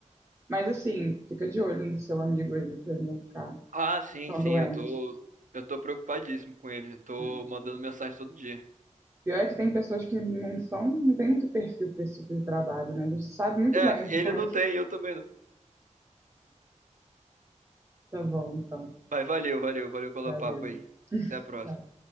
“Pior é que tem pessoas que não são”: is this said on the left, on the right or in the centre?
Right